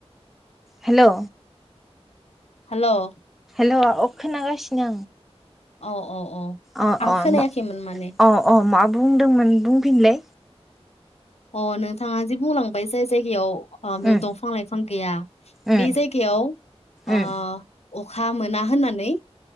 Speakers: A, in the centre; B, on the left.
A: हेल'।
B: हेल'।
A: हेल' अ खोनागासिनो
B: औ औ औ
A: आं अ अ
B: खोनायाखैमोन माने
A: अ अ मा? बुंदोंमोन बुंफिनलै
B: अ नोंथाङा जे बुंलांबाय जाय जायगायाव अ बेयाव
A: उम
B: दंफां लाइफां गैया
A: उम
B: बे जायगायाव अ
A: उम
B: अखा मोना होननानै